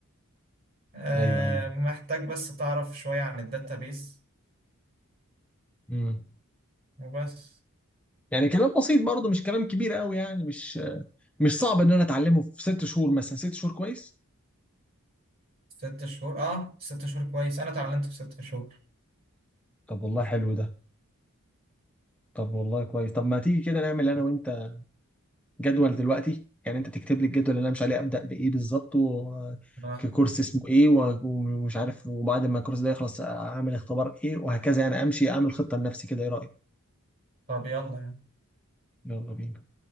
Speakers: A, on the right (about 45°); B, in the centre.
A: آه،
B: ايوه ايوه
A: محتاج بس تعرف شويه عن الداتابيس
B: امم
A: وبس
B: يعني كلام بسيط برضه مش كلام كبير قوي يعني مش مش صعب ان انا اتعلمه في ست شهور مثلا ست شهور كويس
A: ست شهور اه ست شهور كويس انا اتعلمت في ست شهور
B: طب والله حلو ده طب والله كويس طب ما تيجي كده نعمل انا وانت جدول دلوقتي يعني انت تكتب لي الجدول اللي انا مش عليه ابدا بايه بالظبط و-
A: آه.
B: ككورس اسمه ايه و- ومش عارف وبعد ما الكورس ده يخلص اعمل اختبار ايه وهكذا يعني امشي اعمل خطه لنفسي كده ايه رايك
A: طب يلا يعني
B: يلا بينا